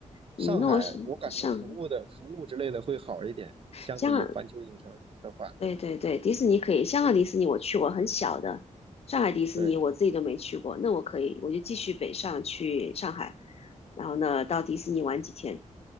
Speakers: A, on the left; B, on the right.
A: 嗯，
B: 上海我感觉服务的服务之类的会好一点，
A: 那我是上
B: 相比环球影城的话。
A: 香港，对对对，迪士尼可以，香港迪士尼我去过，很小的，上海迪士尼我自己都没去过，
B: 对，
A: 那我可以，我就继续北上去上海，然后呢到迪士尼玩几天，